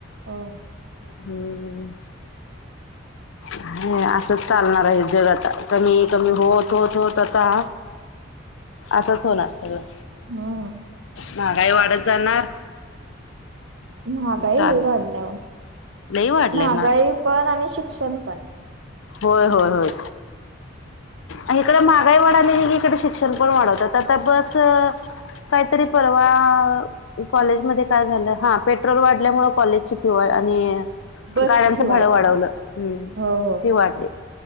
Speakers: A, on the right; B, on the left.
A: होय.
B: हं... नाहाय असंच चालणार आहे हे जग आता कमीत कमी होत, होत, होत आता असंच होणार सगळं.
A: म...
B: महागाई वाढत जाणार,
A: महागाई
B: चालू
A: लई वाढल्या ओ
B: लई वाढलंय
A: महागाई पण आणि शिक्षण पण.
B: होय, होय, होय. हिकडं महागाई वाढाली की, हिकडं शिक्षण पण वाढवतात. आता बस काहीतरी परवा कॉलेजमध्ये काय झालं हा पेट्रोल वाढल्यामुळंं कॉलेजची फी वाढ आणि
A: बसची
B: गाड्यांचं
A: फी वाढते
B: भाडं वाढवलं हं...
A: हो हो
B: वाढली